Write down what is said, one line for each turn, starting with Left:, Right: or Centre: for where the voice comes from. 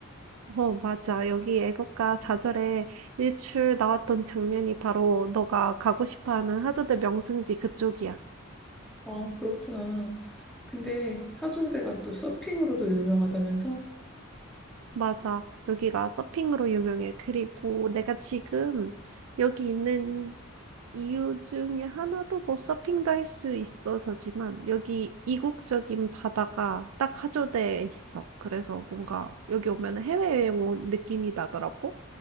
Right: 어, 맞아. 여기 애국가 4절에 일출 나왔던 장면이 바로 너가 가고 싶어 하는 하조대 명승지 그쪽이야.
Centre: 아, 그렇구나. 근데 하조대가 또 서핑으로도 유명하다면서?
Right: 맞아. 여기가 서핑으로 유명해. 그리고 내가 지금 여기 있는 이유 중에 하나도 뭐 서핑도 할 수 있어서지만 여기 이국적인 바다가 딱 하조대에 있어. 그래서 뭔가 여기 오면 해외여행 온 느낌이 나더라고.